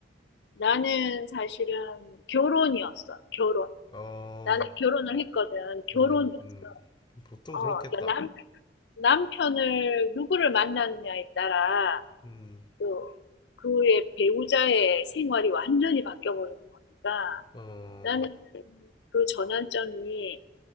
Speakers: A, on the left; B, on the left.
A: 나는 사실은 결혼이었어. 결혼.
B: 어,
A: 나는 결혼을 했거든. 결혼이었어.
B: 아, 음, 보통
A: 어,
B: 그렇겠다.
A: 그러니까 남, 남편을 누구를 만나느냐에 따라
B: 음.
A: 또 그의 배우자의 생활이 완전히 바뀌어 버리는 거니까
B: 어,
A: 나는 그 전환점이